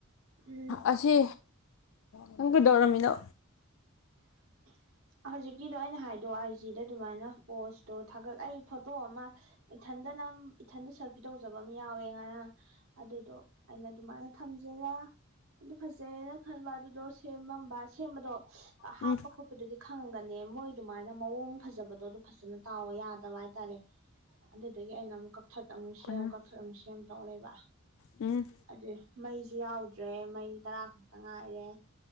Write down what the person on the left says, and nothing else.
ꯑꯁꯤ ꯉꯪꯒ ꯗꯧꯔꯃꯤꯅꯣ
ꯎꯝ
ꯀꯩꯅꯣ
ꯎꯝ